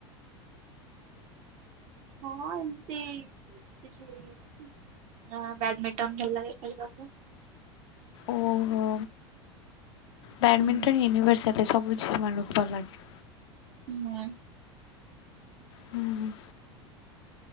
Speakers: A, on the right; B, on the left.
A: ହଁ ଏମିତି କିଛି ହଁ ବ୍ୟାଡମିଣ୍ଟନ୍ ଭଲ ଲାଗେ ଖେଳିବାକୁ।
B: ଓହୋ। ବ୍ୟାଡ଼ମିଣ୍ଟନ
A: ହୁଁ
B: ୟୁନିଭର୍ସଆଲ ହେଲେ ସବୁ ଝିଅମାନଙ୍କୁ ଭଲ ଲାଗେ।
A: ହୁଁ।
B: ହୁଁ ହୁଁ